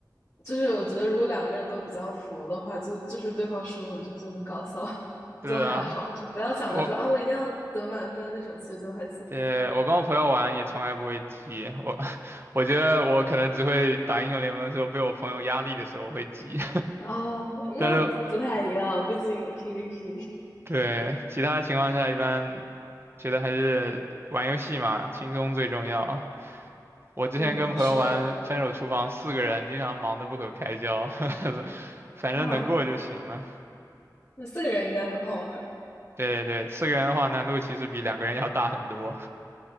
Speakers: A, on the left; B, on the right.
A: 就是我觉得如果两个人都比较佛的话，就就是对方输了，你就就很搞笑，<laughs>
B: 对啊，
A: 就还好，就不要想着说啊我一定要得满分那种，
B: 我
A: 其实就还行。
B: 对我跟我朋友玩也从来不会急，我 <laughs> 我觉得我可能只会打英雄联盟的时候被我朋友压力的时候会急，
A: 哦，
B: <laughs> 但是
A: 那不太一样，毕竟 PVP。
B: 对，其他情况下一般觉得还是玩游戏嘛，轻松最重要。我之前跟朋友玩《分手厨房》，
A: <laughs> 嗯，是
B: 四个人经常忙得不可开交，<laughs> 反正能过就行了。
A: 哇，那四个人应该很好玩儿
B: 对对，对，四个人的话难度其实比两个人要大很多。